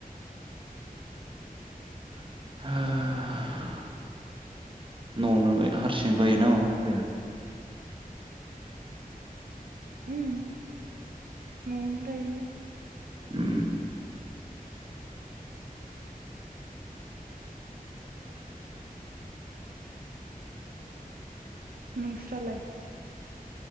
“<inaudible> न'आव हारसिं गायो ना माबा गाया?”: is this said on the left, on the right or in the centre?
Right